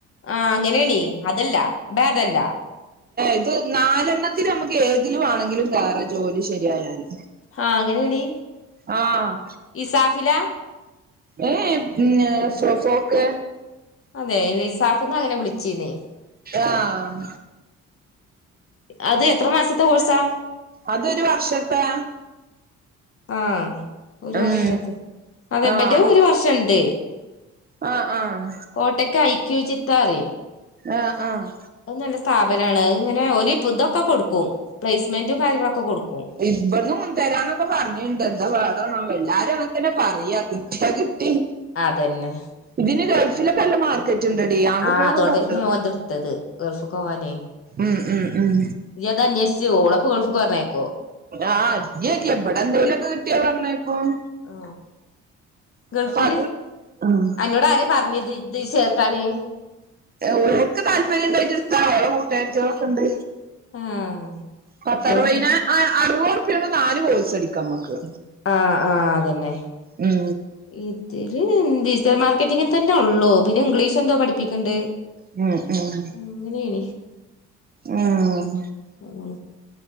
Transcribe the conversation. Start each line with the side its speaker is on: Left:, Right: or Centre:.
Left: ആഹ് അങ്ങനെയണീ അതല്ല ബാദല്ല.
Right: ഇത് നാലെണ്ണത്തിൽ നമുക്ക് ഏതിലും ആണെങ്കിലും കേറ ജോലി ശരിയായാല്.
Left: ആഹ് അങ്ങനെയണീ
Right: ആഹ്
Left: ഇസാഫില.
Right: ഏയ് ഫ്രാ ഫോക്ക്.
Left: അതെ ലിസാഫ്ന്ന് അങ്ങനെ വിളിച്ചീന്നേ.
Right: ആഹ്
Left: അത് എത്ര മാസത്തെ കോഴ്സാ.
Right: അതൊരു വർഷത്തെ
Left: ആഹ് ഒരു
Right: ഉം
Left: വർഷതെ ഇബന്റെ
Right: ആഹ്
Left: ഒരു വർഷ ണ്ട്.
Right: ആഹ് ആഹ്
Left: കോട്ടയ്ക്ക് ഐക്യൂ ജിത്ത അറിം.
Right: ആഹ് ആഹ്.
Left: നല്ല സ്ഥാപനാണ് ഇങ്ങനെ ഓല് ഇപ്പൊ ഇതൊക്കെ കൊടുക്കും പ്ലേസ്മെന്റും കാര്യങ്ങളൊക്കെ കൊടുക്കും.
Right: ഇവട്ന്ന് മുൻ തരാന്നൊക്കെ പറഞ്ഞിണ്ട് എന്താ പാടാണോ എല്ലാരും അങ്ങന തന്നെ പറയാ കിട്ട്യാ കിട്ടി.
Left: അതന്നെ.
Right: ഇതിന് ഗൾഫിലൊക്കെ നല്ല മാർക്കറ്റ് ഉണ്ടടി ആൻ
Left: ആഹ്
Right: കുട്ട്യോക്കൊക്കെ
Left: അതോണ്ടെന്നെ
Right: വല്ലത.
Left: ഓൻത് ഇട്ത്തത്. ഗൾഫിൽക്കോവാനെ.
Right: ഉം ഉം ഉം.
Left: ഇയ് അത് അന്വേഷിച്ച് ഓളെപ്പൊ ഗൾഫ്ക്ക് പറഞ്ഞയക്കോ.
Right: ആ ഇല്യ ഇല്യ എവിടെ എന്തെങ്കിലുംക്കെ കിട്ടിയാ പറഞ്ഞയക്കും.
Left: ഓ ഗൾഫിന്
Right: അത് ഉം
Left: അന്നോട് ആരാ പറഞ്ഞത്. തീ ചേർത്താന്.
Right: ഓർക്ക് താല്പര്യം ഉണ്ടായിട്ട് ഇട്ത്ത ഓളെ കൂട്ടാരതിഓളൊക്കെ ഉണ്ട്.
Left: ആഹ്
Right: പത്ത
Left: കുട്ടികളൊക്കെ
Right: അറുവയ്നായി അറുപത് ഉ റുപ്യാടെ നാല് കോഴസ് ട്ക്കാം നമ്മക്ക്.
Left: ആഹ് ആഹ് അതന്നെ.
Right: ഉം.
Left: ഇതില് ഡിജിറ്റൽ മാർക്കറ്റിങ്ങന്നെ ഉള്ളു പിന്നെ ഇംഗ്ലീഷ് എന്തോ പഠിപ്പിക്കണ്ട്.
Right: ഉം ഉം.
Left: അങ്ങനെയ്ന്.
Right: ആഹ്
Left: ഊ ഉം